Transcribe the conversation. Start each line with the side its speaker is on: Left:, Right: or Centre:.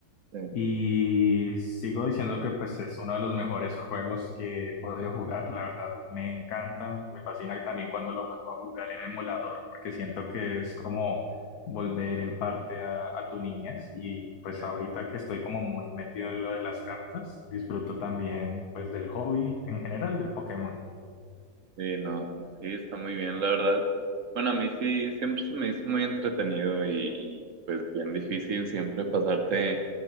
Right: sí.
Left: Y sigo diciendo que pues es uno de los mejores juegos que he podido jugar. La verdad me encanta, me fascina también cuando lo vuelvo a jugar en emulador, porque siento que es como volver en parte a, a tu niñez. Y pues
Right: Sí,
Left: ahorita que estoy como muy metido en lo de las cartas, disfruto también pues del hobby en general de Pokémon.
Right: sí, no, sí, está muy bien, la verdad. Bueno, a mí sí, siempre se me hizo muy entretenido y, y, pues bien difícil siempre pasarte.